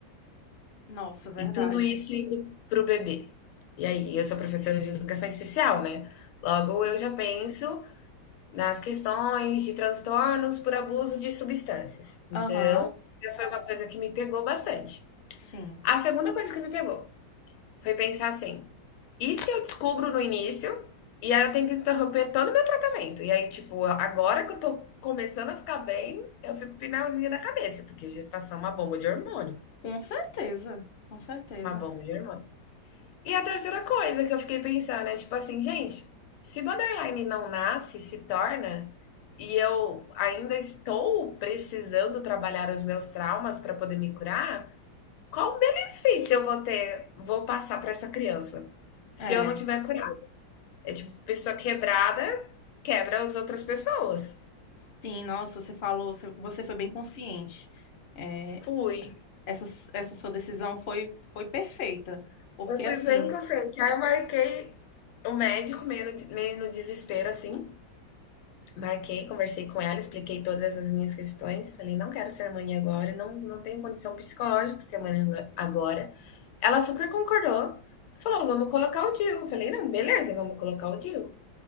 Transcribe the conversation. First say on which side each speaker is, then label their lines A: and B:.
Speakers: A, on the left (about 45°); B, on the left (about 80°).
A: Nossa, verdade.
B: E tudo isso indo para o bebê?" E aí, eu sou professora de educação especial, né, logo
A: Sim.
B: eu já penso nas questões de transtornos por abuso de substâncias. Então,
A: Aham,
B: já foi uma coisa que me pegou bastante.
A: sim.
B: A segunda coisa que me pegou foi pensar assim: e se eu descubro no início e aí eu tenho que interromper todo o meu tratamento? E aí, tipo, agora que eu tô começando a ficar bem, eu fico pinalzinha da cabeça, porque gestação é uma bomba de hormônio.
A: Com certeza, com certeza.
B: Uma bomba de hormônio. E a terceira coisa que eu fiquei pensando é tipo assim, gente, se borderline não nasce, se torna, e eu ainda estou precisando trabalhar os meus traumas para poder me curar, qual benefício eu vou ter, vou passar para essa criança? Se
A: É,
B: eu não tiver curado. É tipo, pessoa quebrada quebra as outras pessoas.
A: sim, nossa, você falou, você você foi bem consciente. É,
B: Fui.
A: essa, essa sua decisão foi, foi perfeita, porque
B: Eu fui
A: assim,
B: bem inconsciente. Aí eu marquei o médico meio no, meio no desespero, assim. Marquei, conversei com ela, expliquei todas as minhas questões. Falei, não quero ser mãe agora, não, não tenho condição psicológica de ser mãe agora. Ela super concordou. Falou, vamos colocar o DIU. Eu Falei, não, beleza, vamos colocar o DIU.